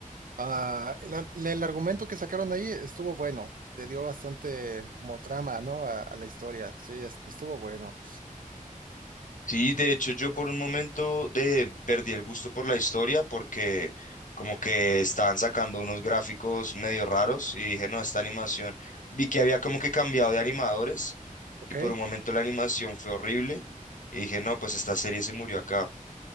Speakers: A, on the right (about 80°); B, on the left (about 65°).
A: Ah, el, ar- el argumento que sacaron ahí estuvo bueno, le dio bastante como trama, ¿no? A, a la historia, sí, est- estuvo bueno.
B: Sí, de hecho yo por un momento eh, perdí el gusto por la historia porque como que estaban sacando unos gráficos medio raros y dije, no, esta animación. Vi que había como que cambiado de animadores
A: Ok,
B: y por un momento la animación fue horrible y dije, no, pues esta serie se murió acá.